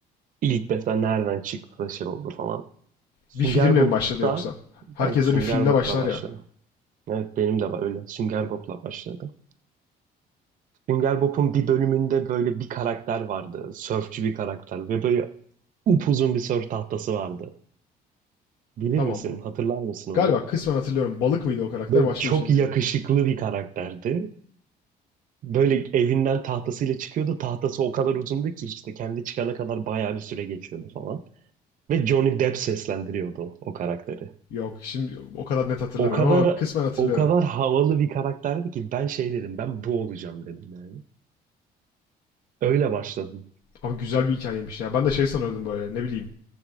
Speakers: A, on the right; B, on the left.
A: İlk mesela nereden çıktı da şey oldu falan. Sünger
B: Bir filmle
A: Bob'da
B: mi başladı yoksa? Herkese
A: evet Sünger
B: bir filmle
A: Bob'la
B: başlar
A: başladım.
B: ya.
A: Evet benim de var öyle. Sünger Bob'la başladım. Sünger Bob'un bir bölümünde böyle bir karakter vardı. Sörfçü bir karakter ve böyle upuzun bir sörf tahtası vardı. Bilir
B: Tamam.
A: misin? Hatırlar mısın onu?
B: Galiba kısmen hatırlıyorum. Balık mıydı o karakter,
A: Böyle
B: başka
A: çok
B: bir şey miydi?
A: yakışıklı bir karakterdi. Böyle evinden tahtasıyla çıkıyordu. Tahtası o kadar uzundu ki işte kendi çıkana kadar bayağı bir süre geçiyordu falan. Ve Johnny Depp seslendiriyordu o karakteri.
B: Yok, şimdi o kadar net hatırlamıyorum
A: O kadar
B: ama kısmen hatırlıyorum.
A: o kadar havalı bir karakterdi ki ben şey dedim. Ben bu olacağım dedim yani. Öyle başladım.
B: Abi güzel bir hikayeymiş ya. Ben de şey sanıyordum böyle, ne bileyim.